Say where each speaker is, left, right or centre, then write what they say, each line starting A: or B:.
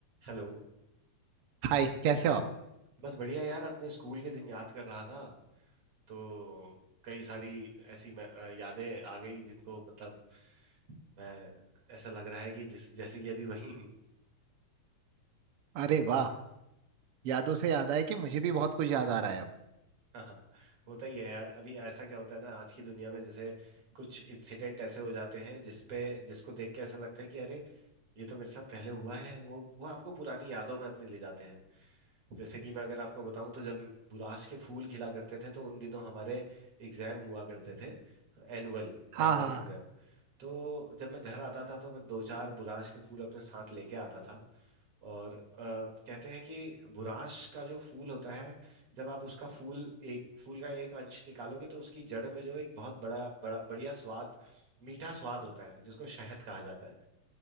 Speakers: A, on the right; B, on the right.
A: Hello
B: हाय कैसे हो आप
A: बस बढ़िया यार अपने स्कूल के दिन याद कर रहा था तो कई सारी ऐसी मैं- अ, यादें आ गई जिनको मतलब मैं ऐसा लग रहा है कि जिस जैसे कि अभी वही हूँ
B: अरे वाह यादों से याद आया कि मुझे भी बहुत कुछ याद आ रहा है अब
A: हाँ होता ही है यार अभी ऐसा क्या होता है ना आज की दुनिया में जैसे कुछ इंसिडेंट ऐसे हो जाते हैं जिसपे जिसको देख के ऐसा लगता है कि अरे ये तो मेरे साथ पहले हुआ है वो वो आपको पुरानी यादों में अपने ले जाते हैं जैसे कि मैं अगर आपको बताऊं तो जब बुराश के फूल खिला करते थे तो उन दिनों हमारे एग्जाम हुआ करते थे Annual
B: हाँ
A: annual
B: हाँ
A: exam तो जब मैं घर आता था तो मैं दो चार बुराश के फूल अपने साथ लेके आता था और अ, कहते हैं कि बुराश का जो फूल होता है जब आप उसका फूल एक फूल का एक अंश निकालोगे तो उसकी जड़ में जो एक बहुत बड़ा बड़ा बढ़िया स्वाद मीठा स्वाद होता है जिसको शहद कहा जाता है